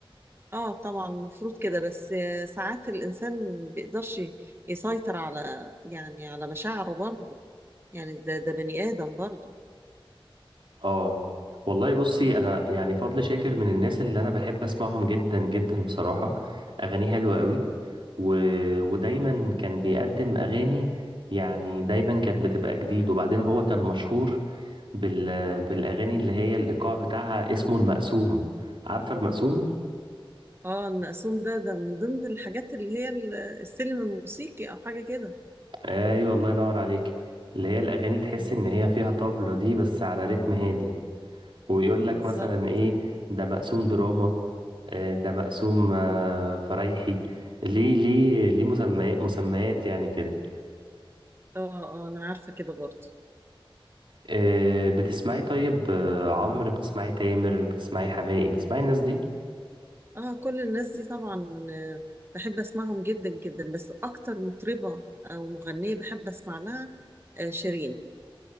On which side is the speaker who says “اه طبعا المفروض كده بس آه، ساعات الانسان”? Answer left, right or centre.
Right